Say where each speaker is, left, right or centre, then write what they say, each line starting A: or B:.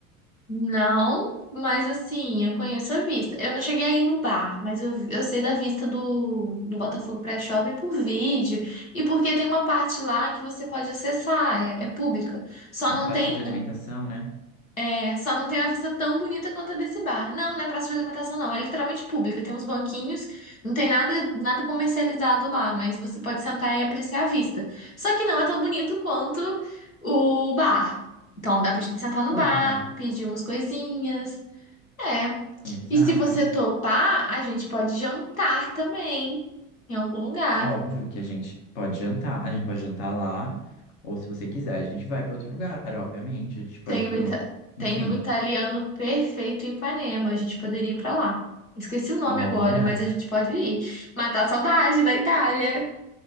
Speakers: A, on the left (about 80°); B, on the left (about 55°).
A: Não, mas assim, eu conheço a vista. Eu não cheguei aí no bar, mas eu, eu sei da vista do, do Botafogo pré-shopping por vídeo. E porque tem uma parte lá que você pode acessar, é, é pública. Só
B: Na
A: não
B: praça
A: tem
B: de alimentação,
A: um,
B: né?
A: é, só não tem uma vista tão bonita quanto a desse bar. Não, não é praça de alimentação, não. É literalmente pública. Tem uns banquinhos, não tem nada, nada comercializado lá, mas você pode sentar e apreciar a vista. Só que não é tão bonito quanto o bar. Então dá pra gente sentar no
B: Claro,
A: bar,
B: né?
A: pedir umas coisinhas. É.
B: Exato.
A: E se você topar, a gente pode jantar também em algum lugar.
B: Óbvio que a gente pode jantar. A gente pode jantar lá, ou se você quiser, a gente vai para outro lugar, obviamente. A gente pode
A: Tem
B: ir
A: um,
B: para
A: ita-
B: um.
A: tem
B: Enfim,
A: um italiano perfeito em Ipanema, a gente poderia ir pra lá. Esqueci o nome
B: olha.
A: agora, mas a gente pode ir. Matar a saudade da Itália.